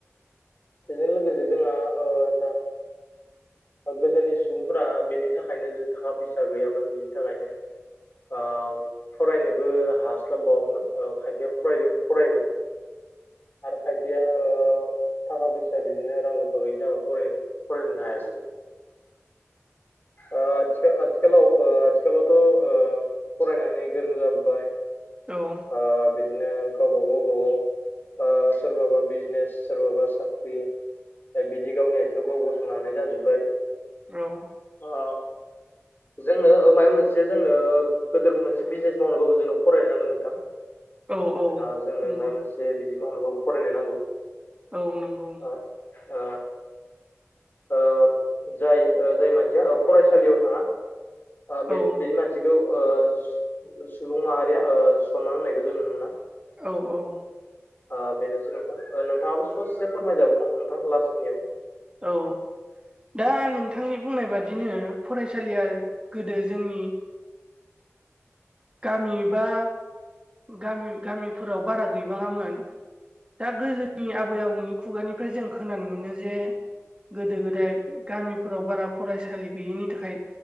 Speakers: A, on the left; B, on the right.
A: बेजों लोगोसे जोंहा ओ दा गोदोनि सुबुंफ बेनि थाखायनो थाखा फैसा गैयामोन बिनि थाखायनो ओ फरायनोबो हास्लाबबावोमोन ओ खायफ सेया फरायद फरायोमोन आरो खायसेया ओ थाखा फैसा बिदिनो रां रुफा गैयिनि थाखाय फरायगोन फरायनो हायासै ओ आथि आथिखालाव ओ आथिखालावथ' ओ फरायनानै गोरों जाबोबाय
B: औ
A: ओ बिदिनो गावबा गाव गावबागाव सोरबाबा बिजनेस सोरबाबा साख्रि ओ बिदि गावनि आथिङाव गाव गसंनो हानाय जाजोब्बाय
B: औ
A: औ जोंनो ओ माबा मोनसे जोंनो गोदोर मोनसे बिजनेस मावनोबाबो जोंनो फरायनो नांगोन नोंथां
B: औ औ औ
A: ओ जोंनो
B: नंगौ
A: माबा मोनसे बिदि मावनोबाबो फरायनो नांगौ
B: औ नंगौ
A: ओ ओ ओ जाय ओ जाय मानसिया ओ फरायसालियाव थाङा ओ बे
B: औ
A: बेदि मानसिखौ ओ सुबुं माहारिया ओ सनमान होनायखौ जों नुनो मोना
B: औ औ
A: ओ बेनोसै नोंथां नोंथाङाबो ससे फोरमायजाबावगोन नोंथां लास्टखिनियाव
B: औ दा नोंथांनि बुंनाय बादिनो फरायसालिया गोदो जोंनि गामि बा गामि गामिफोराव बारा गैबाङामोन दा गोदोनि आबै आबौनि खुगानिफ्राय जों खोनानो मोनो जे गोदो गोदाय गामिफोराव बारा फरायसालि गैयिनि थाखाय